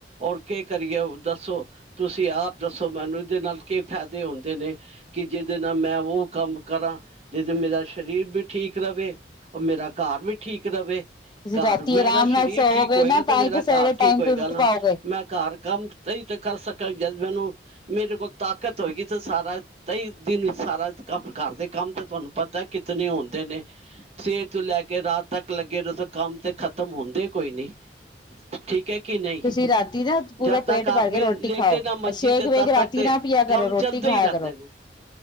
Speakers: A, on the right (about 35°); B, on the left (about 25°).
A: ਔਰ ਕੀ ਕਰੀਏ ਦੱਸੋ ਤੁਸੀਂ ਆਪ ਦੱਸੋ ਮੈਨੂੰ ਇਹਦੇ ਨਾਲ ਕੀ ਫਾਇਦੇ ਹੁੰਦੇ ਨੇ। ਕਿ ਜਿਹਦੇ ਨਾਲ ਮੈਂ ਉਹ ਕੰਮ ਕਰਾਂ ਜਦ ਮੇਰਾ ਸਰੀਰ ਵੀ ਠੀਕ ਰਵੇ। ਉਹ ਮੇਰਾ ਘਰ ਵੀ ਠੀਕ ਰਵੇ।
B: ਤੁਸੀਂ
A: ਘਰ
B: ਰਾਤੀ
A: ਮੇਰਾ
B: ਆਰਾਮ ਨਾਲ
A: ਸਰੀਰ
B: ਸੋਵੋਗੇ
A: ਠੀਕ ਹੋਏਗਾ
B: ਨਾ ਤਾਂ
A: ਤੇ ਮੇਰਾ
B: ਹੀ ਸਵੇਰੇ
A: ਘਰ ਠੀਕ
B: ਟਾਈਮ
A: ਹੋਏਗਾ
B: ਤੋਂ ਉੱਠ
A: ਨਾ
B: ਪਾਓਗੇ
A: ਮੈਂ ਘਰ ਕੰਮ ਤਈ ਤਾਂ ਕਰ ਸਕਾਂ ਜਦ ਮੈਨੂੰ ਮੇਰੇ ਕੋਲ ਤਾਕਤ ਹੋਏਗੀ ਤਾਂ ਸਾਰਾ ਤਈ ਦਿਨ ਸਾਰਾ ਦੇ ਕੰਮ ਤਾਂ ਤੁਆਨੂੰ ਪਤਾ ਕਿਤਨੇ ਹੁੰਦੇ ਨੇਂ। ਸਵੇਰ ਤੋਂ ਲੈ ਕੇ ਕਿ ਰਾਤ ਤੱਕ ਲੱਗੇ ਰੋ ਕੰਮ ਤੇ ਖਤਮ ਹੁੰਦੇ ਕੋਈ ਨੀਂ। ਠੀਕ ਹੈ ਕਿ ਨਹੀਂ
B: ਤੁਸੀਂ ਰਾਤੀ ਦਾ ਅੱਜ ਪੂਰਾ
A: ਜਦ ਤੱਕ
B: ਪੇਟ
A: ਆਦਮੀ
B: ਭਰ ਕੇ ਰੋਟੀ
A: ਲੇਟੇ
B: ਖਾਓ,
A: ਨਾ ਮੰਜੀ
B: ਸੇ਼ਕ
A: ਤੇ
B: ਵੇਖ
A: ਤਦ
B: ਰਾਤੀ
A: ਤੱਕ ਤੇ
B: ਨਾਂ ਪਿਆ ਕਰੋ,
A: ਕੰਮ
B: ਰੋਟੀ
A: ਚੱਲਦੇ
B: ਖਾਇਆ
A: ਹੀ ਰਹਿੰਦੇ
B: ਕਰੋ।
A: ਨੇ